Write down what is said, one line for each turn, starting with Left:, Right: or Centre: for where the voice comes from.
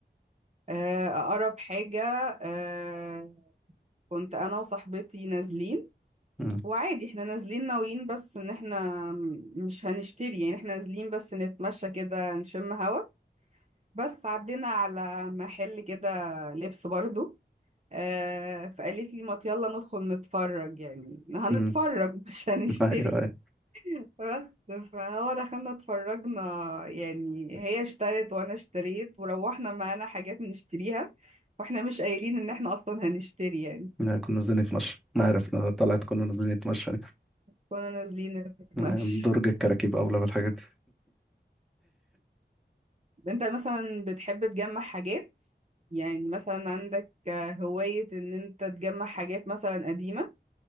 Right: آه، اقرب حاجة آه، كنت انا وصاحبتي نازلين
Centre: مم.
Right: وعادي احنا نازلين ناويين بس ان احنا م- مش هنشتري يعني احنا نازلين بس نتمشى كده نشم هوا بس عدينا على محل كده لبس برضو آه، فقالت لي ما يلا ندخل نتفرج يعني هنتفرج
Centre: مم.
Right: <laughs> مش هنشتري
Centre: <laughs> ايوه
Right: بس فهو دخلنا اتفرجنا يعني هي اشترت وانا اشتريت وروحنا معانا حاجات نشتريها واحنا مش قايلين ان احنا اصلا هنشتري يعني
Centre: لا، كنا نازلين نتمشى ما عرفنا طلعت كنا نازلين نتمشى
Right: كنا نازلين
Centre: يعني
Right: نتمشى
Centre: درج الكراكيب أولى بالحاجات دي
Right: انت مثلا بتحب تجمع حاجات يعني مثلا عندك هواية ان انت تجمع حاجات مثلا قديمة